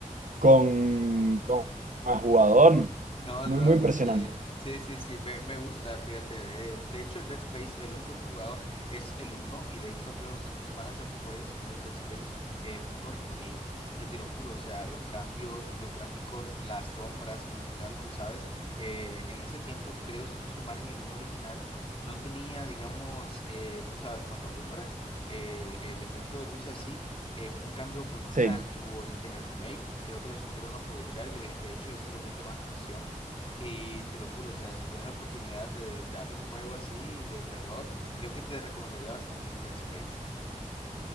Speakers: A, on the right; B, on the left.
A: con, con el jugador.
B: No,
A: Muy,
B: no,
A: muy impresionante.
B: sí, Sí, sí, sí, me, me gusta, fíjate. eh, de hecho, el Dead Space, el único que he jugado es el uno. y de hecho creo, si no estoy mal, hace poco haya salido el Dead Space eh, 1 Remake y te lo juro, o sea, los cambios, los gráficos, las sombras como tal, tú sabes, eh, en ese tiempo creo, si no estoy mal, en el uno original no tenía, digamos, eh, tú sabes, cuando alumbras, eh, el efecto de luces así eh, fue un cambio brutal
A: Sí.
B: que hubo ahorita en el remake. Creo que lo supieron aprovechar y le- de hecho eso le mete más tensión. Y te lo juro, o sea, si tienes la oportunidad de darle un juego así de terror, creo que te recomendaría bastante el Dead Space.